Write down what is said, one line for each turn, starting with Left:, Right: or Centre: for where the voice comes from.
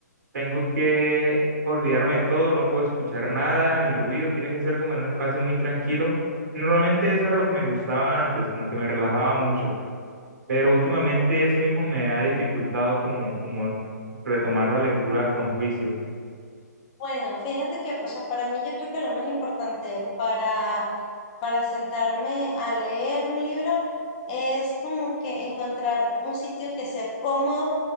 Right: tengo que olvidarme de todo, no puedo escuchar nada, ni ruido, tiene que ser como en un espacio muy tranquilo. Y normalmente eso era lo que me gustaba antes, como que me relajaba mucho, pero últimamente eso mismo me ha dificultado como, como retomar la lectura con juicio.
Left: Bueno, fíjate que, o sea, para mí yo creo que lo más importante para para sentarme a leer un libro es como que encontrar un sitio que sea cómodo,